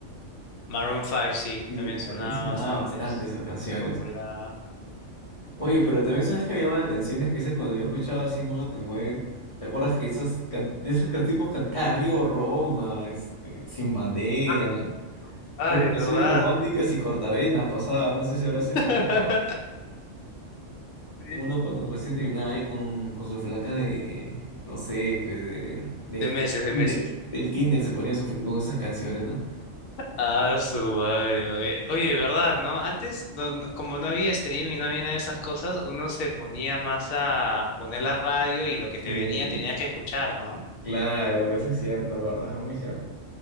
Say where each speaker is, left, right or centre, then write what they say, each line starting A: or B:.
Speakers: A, on the left; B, on the left.
A: Maroon 5, sí,
B: Sí,
A: también sonaba
B: también sonaba
A: bastante.
B: bastante
A: se
B: esas canciones.
A: hizo popular.
B: Oye, pero también sabes que me llama la atención es que ese cuando yo escuchaba así Moda Te Mueve, ¿te acuerdas que esos can- de esas can- tipos cantaban Río Roma, este, Sin Bandera,
A: Ah, padre,
B: puras canciones
A: ¿verdad?
B: románticas
A: ¿No?
B: y cortavenas pasadas, no sé si habrás escuchado.
A: <laughs> Sí.
B: Uno cuando recién terminaba ahí con, con su flaca de, no sé, pe, de, de
A: De
B: ki-
A: meses, de
B: kinder,
A: meses.
B: del kinder se ponía a sufrir con esas canciones, ¿no?
A: Ah, su madre, oye, oye, ¿verdad? ¿No? Antes, no, no- como no había streaming, no había nada de esas cosas, uno se ponía más a poner la radio y lo que te
B: Sí,
A: venía tenías que escuchar, ¿no?
B: claro, eso es cierto, la verdad, muy cierto.